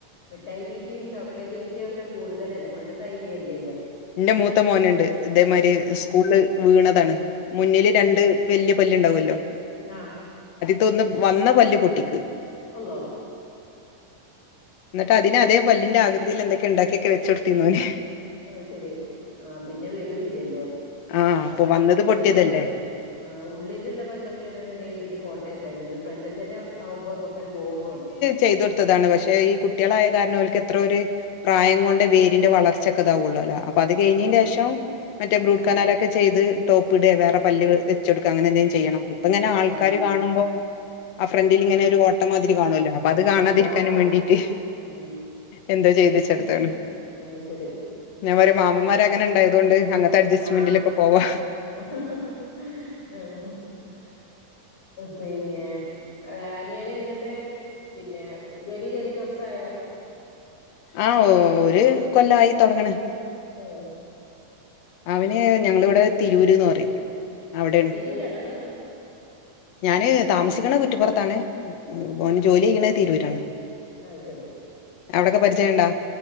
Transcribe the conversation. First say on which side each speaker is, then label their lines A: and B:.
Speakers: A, on the left; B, on the left.
A: മിഠായി തീറ്റയും ചോക്ലേറ്റ് തീറ്റയുക്കെ കൂടുതലല്ലേ തൈര്യല്ലേല്ലോ
B: ന്റെ മൂത്ത മോനുണ്ട് ഇതേമാരി
A: ഉം
B: സ്കൂള്ല് വീണതാണ് മുന്നില്
A: ഉം
B: രണ്ട് വല്ല്യ പല്ലുണ്ടാവുമല്ലോ
A: ആഹ്
B: തൊന്ന് വന്ന പല്ല് പൊട്ടിക്ക്
A: അള്ളാ
B: എന്നിട്ട് അതിന് അതേ പല്ലിന്റെ ആകൃതിയിൽ എന്തൊക്കെ ഉണ്ടാക്കിയൊക്കെ വെച്ചൊടുത്ത് <unintelligible>
A: ഓഹ് അത് ശരി ആ പിന്നെ വെരൂല്ലല്ലോ
B: ആഹ് അപ്പൊ
A: ആ
B: വന്നത് പൊട്ടിയതല്ലേ
A: ഉള്ളില് ആഹ് ഉള്ളിലുള്ള പല്ലൊക്കെയാണന്നുണ്ടെ പിന്നെ പോട്ടെ വെക്കാരുന്നു ഇത് ഫ്രണ്ടിൽ തന്നെ ആവുമ്പോ നമ്മക്കൊരു ബോറുവാണ്
B: ചെയ്തൊടുത്തതാണ് പക്ഷെ ഈ കുട്ടികളായ കാരണോല്ക്ക് എത്ര ഒരു പ്രായം കൊണ്ട് വേരിന്റെ വളർച്ചക്കെതാവുള്ളൂലാ അ പ്പൊ അത് കഴിഞ്ഞെൻ്റേഷം
A: ആഹ്
B: മറ്റേ റൂട്ട്
A: ആഹ്
B: കനാലൊക്കെ ചെയ്ത് ടോപ്പിടെ വേറെ
A: ആഹ്
B: പല്ല് വെച്ച് വെച്ചൊടുക്ക അങ്ങനെന്തെലും ചെയ്യണം ഇപ്പ ഇങ്ങനെ ആൾക്കാര്
A: ആഹ്
B: കാണുമ്പോ ആഹ് ഫ്രണ്ടിലിങ്ങനെ ഒരു ഓട്ടമാതിരി
A: ആഹ്
B: കാണുവല്ലോ അപ്പൊ അത് കാണാതിരിക്കാനും
A: ബോറാവും
B: വേണ്ടീട്ട്
A: ഉം
B: എന്തോ ചെയ്ത്ച്ചെടുത്താണ്
A: അത് ശരി
B: ഞാൻ പറയ മാമമ്മാര് അങ്ങനെ ഒണ്ടായതുകൊണ്ട് അങ്ങത്തെ അഡജസ്റ്റ്മെന്റിലൊക്കെ
A: ആഹ്
B: പോവാ
A: <inaudible>
B: <inaudible>
A: പിന്നെ അനിയന എന്നിട്ട് പിന്നെ ജോലി കേറിട്ട് കൊറച്ചായോ
B: ആഹ് ഓ ഒരു കൊല്ലായി തൊടങ്ങാണ്
A: ഓഹ്
B: അവന് ഞങ്ങളിവിടെ തിരൂര്ന്ന് പറയും അവിടെയാണ്
A: ആഹ് തിരൂരാണോ ങ്ങള്
B: ഞാന് താമസിക്കണ കുറ്റിപ്പുറത്താണ് ഉം ഓന്
A: ആഹ്
B: ജോലി ചെയ്യണ തിരൂരാണ്
A: അത് ശരി
B: അവിടൊക്കെ പരിചയംണ്ടാ